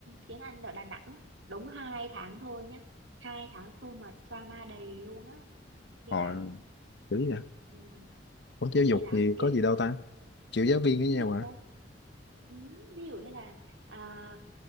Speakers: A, on the right; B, on the left.
A: tiếng Anh ở Đà Nẵng đúng hai tháng thôi nhá hai tháng thôi mà drama đầy luôn á ghê
B: hồi
A: lắm
B: kiểu vậy
A: ừ,
B: Ủa giáo dục
A: ghê lắm
B: thì
A: kiểu
B: có
A: như
B: gì đâu ta chịu giáo viên với
A: ví
B: nhau
A: dụ
B: à
A: nha ừ, ví dụ như là à,